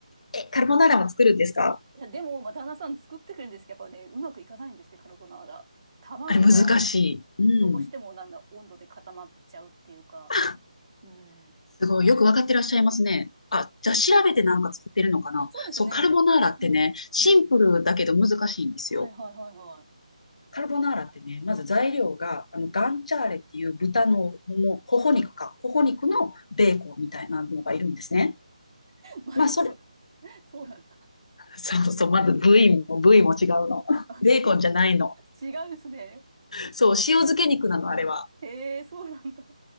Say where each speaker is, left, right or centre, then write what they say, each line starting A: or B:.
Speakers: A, on the left; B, on the right.
A: え、カルボナーラも作るんですか
B: いや、でも、まあ、旦那さん作ってくれるんですけど、やっぱね、うまくいかないんですって、カルボナーラ。卵が
A: あれ難しい。うん。
B: どうしてもなんだ、温度で固まっちゃうっていうか。
A: <laughs>
B: うん。
A: すごい。よくわかってらっしゃいますね。あ、じゃあ調べてなんか作ってるのかなそう、
B: そうですね。
A: カルボナーラってね、
B: うん。
A: シンプルだけど難しいんですよ。
B: うん。はいはいはいは
A: カルボナーラってね、まず材料が、
B: い。うん。
A: あの、
B: うん。
A: ガンチャーレっていう豚のもも、頬肉か、頬肉のベーコンみたいなのがいるんですね。
B: まず、
A: まあ、それ、
B: それ、そうなんだ。
A: <laughs> そうそう、まず部位も、部位も違うの。<laughs>
B: あ、
A: ベーコンじゃないの。
B: そうなんだ。違うんですね。
A: そう、塩漬け肉なの、あれは。
B: へえ、そうなんだ。